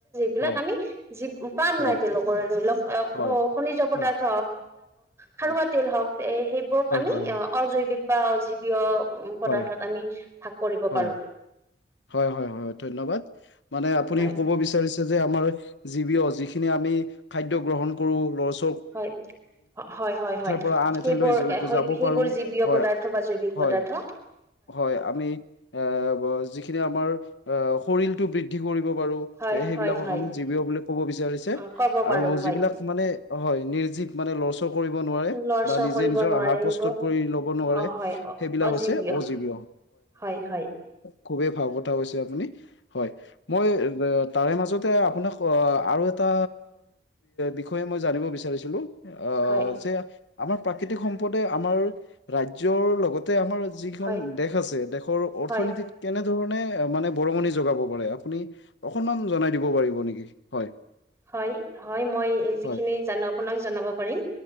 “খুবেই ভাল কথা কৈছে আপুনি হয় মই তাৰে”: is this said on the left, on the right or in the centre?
Left